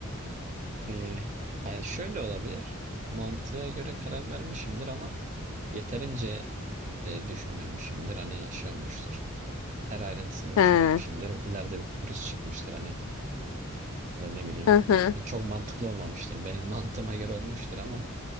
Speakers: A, on the right (about 35°); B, on the left (about 80°).
A: e, hani şöyle olabilir. Mantığa göre karar vermişimdir ama yeterince e, düşünmemişimdir. Hani şey olmuştur. Her ayrıntısını
B: Ha,
A: düşünmemişimdir. İleride bir pürüz çıkmıştır hani ya da ne bileyim.
B: hı hı.
A: E, çok mantıklı olmamıştır. Benim <laughs> mantığıma göre olmuştur ama